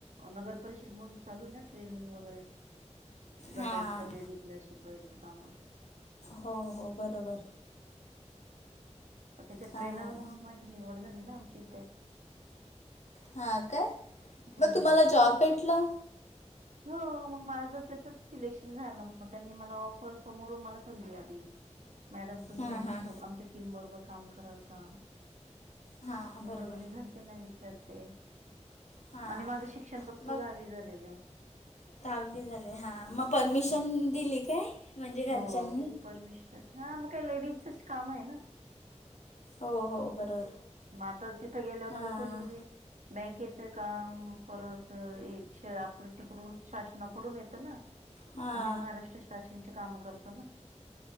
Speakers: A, on the right; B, on the left.
A: नगर परिषद मधून चालू आहे ना. ट्रेनिंग वगैरे, गटांच्या
B: हां
A: लेडीज ला, शिकवायचे काम.
B: हो हो, बरोबर.
A: तेच्यात
B: हां
A: ट्रेनर म्हणून माझी निवड झाली ना, आमच्या इथे.
B: हा काय?
A: हम्म
B: मग तुम्हाला जॉब भेटला.
A: हो, मग माझ त्याचंच सिलेक्शन झालं, मग त्यांनी मला ऑफर समोरून मला संधी आली. मॅडम तुम्ही,
B: हां
A: आमच्या
B: हां
A: सोबत आमच्या टीम बरोबर काम कराल कां?
B: हां
A: मग
B: हां
A: मी
B: बरोबर
A: म्हंटलं मी घरच्यांना विचारते.
B: हां
A: आणि माझं शिक्षण फक्त
B: मग
A: दहावी झालेलं आहे.
B: दहावी झाले हा, मग परमिशन
A: हम्म
B: दिली काय? म्हणजे घरच्यांनी
A: हो, दिली परमिशन हां. मग काही लेडीजचंच काम आहे ना,
B: हो हो, बरोबर.
A: मग आता तिथं गेल्यावर
B: हां
A: नगरपरिषद मध्ये, बँकेच काम, परत आपलं तिकडून शासनाकडून येतं ना.
B: हां
A: आम्ही महाराष्ट्र शासनची कामं करतो ना.